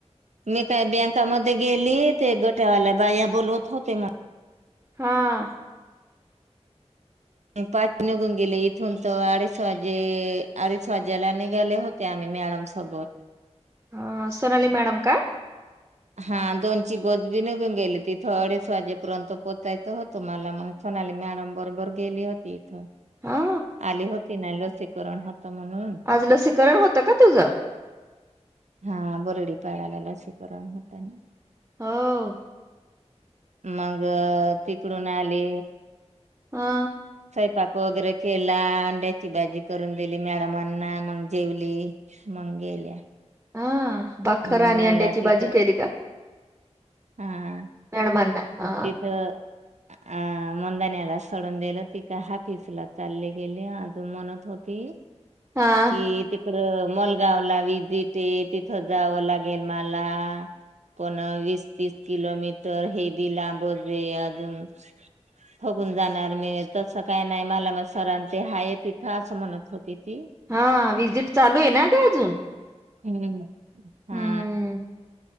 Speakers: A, on the right (about 80°); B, on the right (about 20°).
A: मी काय बँकामध्ये गेली ते गोट्यावाल्या बाया बोलवत होत्या.
B: हा
A: पाच निघून गेले इथून तर अडीच वाजे अडीच वाजेला निघाले होते. ते आम्ही मॅडम सोबत
B: हा सोनाली मॅडम का?
A: हा दोन ची बस बी निघून गेली तिथं अडीच वाजेपर्यंत पोचायचं होत. तुम्हाला मग सोनाली मॅडम बरोबर गेली होती इथं
B: हा
A: आली होती ना लसीकरण होतं म्हणून
B: आज लसीकरण होतं का तुझं?
A: हा बरडी पाळाला लसीकरण होता आणि
B: हो
A: मग तिकडून आले
B: हा
A: स्वयंपाक वगैरे केला अंड्याची भाजी करून दिली मॅडमांना मग जेवली मग गेल्या
B: हा भाकर
A: मग
B: आणि
A: मला
B: अंड्याची
A: तिथं
B: भाजी केली का?
A: हा
B: मॅडमांना हा
A: तिथं अ मंदानला सोडून दिलं ती का हाफीसला चालली गेली अजून म्हणत होती.
B: हा
A: ये ते मलगाव ला विजिट तिथ जावं लागेल मला पण वीस तीस किलोमीटर हे बी लांबच अजून ठगून जाणार मी तसं काय नाही मला मग सरां ते हाय तिथं असं म्हणत होती ती
B: हा व्हिजिट चालू आहे ना ग अजून
A: हम्म हा
B: हम्म